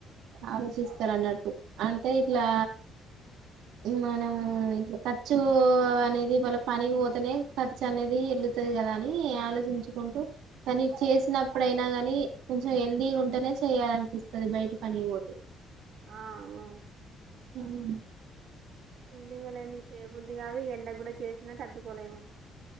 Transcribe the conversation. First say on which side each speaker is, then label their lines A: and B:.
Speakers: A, on the right; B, on the right.
A: ఆలోచిస్తారన్నట్టు. అంటే ఇట్లా. ఊ మనం ఇట్లా ఖర్చూ అనేది వాళ్ళ పనికి బోతేనే ఖర్చనేది ఎల్లు. తది గదా అనీ ఆలోచిం. చుకుంటూ, పనీ చేసినప్పుడైనా గానీ కొంచెం హెల్దీగా ఉంటేనే చేయాలనిపిస్తది బయటి ప. పనీబోతే.
B: ఆ ఆ.
A: ఉహు.
B: హెల్దిగాలేంది చేబుద్ది గాదు, ఈ ఎండ గూడా చేసినా తట్టుకోలేము.